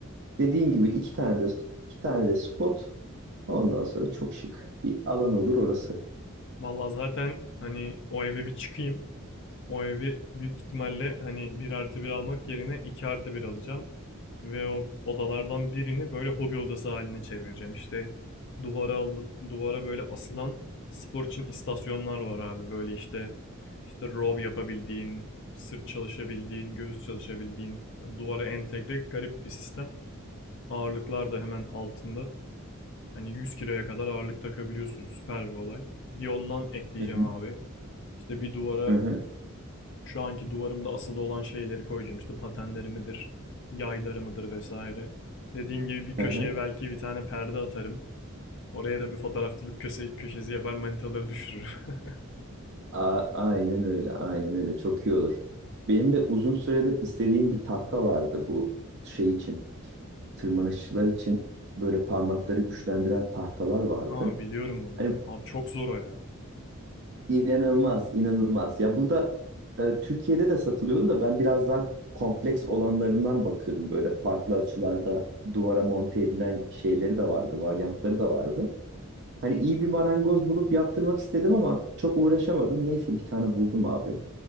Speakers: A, on the right; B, on the left.
A: Dediğin gibi iki tane de iki tane de spot. Ondan sonra çok şık bir alan olur orası.
B: Vallahi zaten hani o eve bir çıkayım. O evi büyük ihtimalle hani bir artı bir almak yerine 2 artı bir alacağım. Ve o odalardan birini böyle hobi odası haline çevireceğim. İşte duvara, al- duvara böyle asılan spor için istasyonlar var abi. Böyle işte işte row yapabildiğin, sırt çalışabildiğin, göğüs çalışabildiğin, böyle duvara entegre garip bir sistem. Ağırlıklar da hemen altında. Hani 100 kiloya kadar ağırlık takabiliyorsun. Süper bir olay. Bir ondan ekleyeceğim
A: Hı hı.
B: abi. İşte bir duvara
A: Hı hı.
B: şu anki duvarımda asılı olan şeyleri koyacağım. İşte patenlerimidir, yaylarımıdır vesaire. Dediğin gibi bir
A: Hı
B: köşeye
A: hı.
B: belki bir tane perde atarım. Oraya da bir fotoğrafçılık köse- köşesi yapar manitaları düşürür. <laughs>
A: A- aynen öyle, aynen öyle. Çok iyi olur. Benim de uzun süredir istediğim bir tahta vardı bu şey için, tırmanışçılar için böyle parmakları güçlendiren tahtalar vardı.
B: Ha biliyorum onu.
A: Hani
B: Abi çok zor o ya.
A: inanılmaz, inanılmaz. Ya burada e, Türkiye'de de satılıyordu da ben biraz daha kompleks olanlarından bakıyordum. Böyle farklı açılarda duvara monte edilen şeyleri de vardı, varyantları da vardı. Hani iyi bir marangoz bulup yaptırmak istedim ama çok uğraşamadım. Neyse bir tane buldum abi.